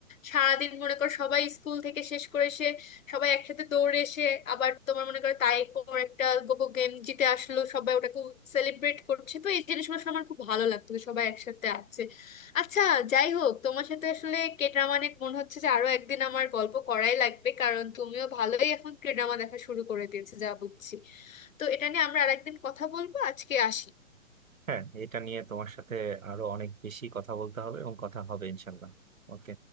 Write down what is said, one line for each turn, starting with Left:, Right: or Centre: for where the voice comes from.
Left: সারাদিন মনে করো সবাই স্কুল থেকে শেষ করে এসে সবাই একসাথে দৌড়ে এসে আবার তোমার মনে করো তাই পর একটা গোগো গেম জিতে আসলো সবাই ওটাকে সেলিব্রেট করছে তো এই জিনিসগুলো শুনে আমার খুব ভালো লাগতো যে সবাই একসাথে আছে আচ্ছা যাই হোক তোমার সাথে আসলে কে ড্রামা নিয়ে মনে হচ্ছে যে আরো একদিন আমার গল্প করাই লাগবে কারণ তুমিও ভালোই এখন কে ড্রামা দেখা শুরু করে দিয়েছো যা বুঝছি তো এটা নিয়ে আমরা আরেকদিন কথা বলবো আজকে আসি
Right: হ্যাঁ এটা নিয়ে তোমার সাথে আরো অনেক বেশি কথা বলতে হবে এবং কথা হবে ইনশাল্লাহ ওকে